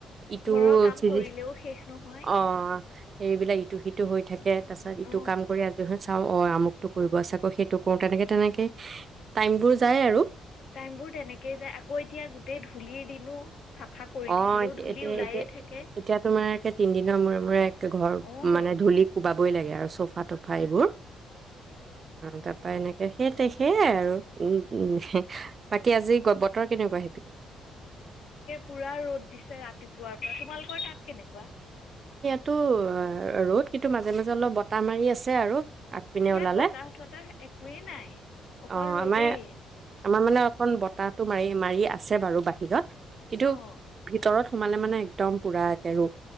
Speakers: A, on the right; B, on the left.
A: ইটো
B: ঘৰৰ কাম
A: চিৰি
B: কৰিলেও শেষ নহয়
A: অ এইবিলাক ইটো সিটো হৈ থাকে তাৰ পাছত ইটো
B: অঁ
A: কাম কৰি আজৰি হ'ও চাও অ আমুকটো কৰিব আছে ক সেইটো কৰো তেনেকে তেনেকে টাইম বোৰ যাই আৰু।
B: টাইম বোৰ তেনেকেই যায় আকৌ এতিয়া গোটেই ধূলিৰ দিনো চাফা কৰি
A: অ
B: থাকিলেও
A: এ
B: ধূলি
A: এতিয়া
B: ওলায়ে
A: এতিয়া
B: থাকে
A: এতিয়া তোমাৰ একে তিনদিনৰ মূৰে মূৰে ঘৰ
B: অঁ
A: মানে ধূলি কোব <unintelligible> লাগে আৰু চব <unintelligible> এইবোৰ অ তাৰাপা এনেকে সেইট সেইয়াই আৰু উ উ বাকী আজি বতৰ কেনেকুৱা সেইপিনে?
B: পুৰা ৰ'দ দিছে ৰাতিপুৱাৰ তোমালোকৰ তাত কেনেকুৱা
A: টো অ ৰ'দ কিন্তু মাজে মাজে অলপ বতাহ মাৰি আছে আৰু আগ পিনে
B: ইয়াত
A: ওলালে
B: বতাহ চতাহ একোৱেই নাই অকল
A: অ
B: ৰ'দেই
A: আমাৰ আমাৰ মানে অকন বতাহটো মাৰি মাৰি আছে বাৰু বাহিৰত কিন্তু
B: অঁ
A: ভিতৰত সোমালে মানে একদম পুৰা একে ৰ